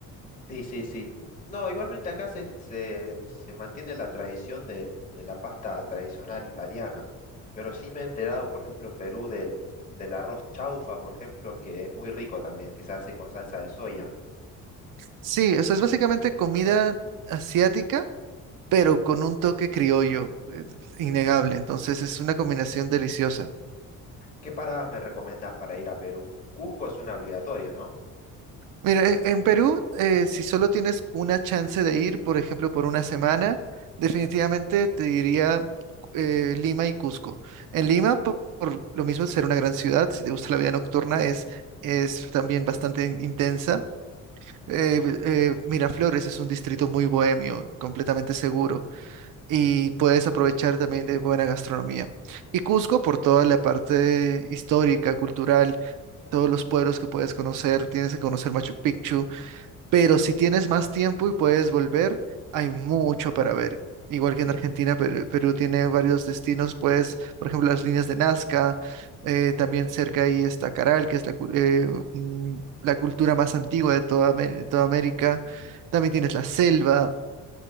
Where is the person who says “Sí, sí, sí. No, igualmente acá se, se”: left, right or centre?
Left